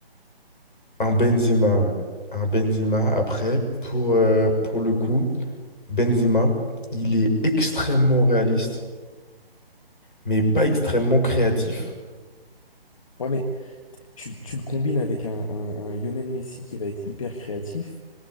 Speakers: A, on the left; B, on the left.
A: Un Benzema, ouais. Un Benzema, après, pour, euh, pour le coup, Benzema, il est extrêmement réaliste, mais pas extrêmement créatif.
B: Ouais, mais t- tu, tu le combines avec un, un, un Lionel Messi qui va être hyper créatif,